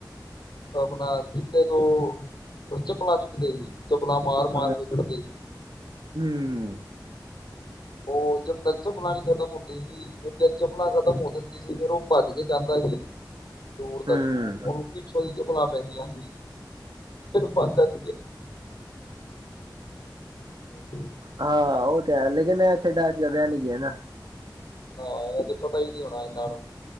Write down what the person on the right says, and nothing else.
ਹਾਂ
ਹੂੰ
ਹੂੰ
ਹਾਂ ਉਹ ਤੇ ਹੈ ਲੇਕਿਨ। ਖੇਡਾ ਅੱਜ ਕ ਵਿਆਹ ਨੀ ਗਿਆ ਨਾ।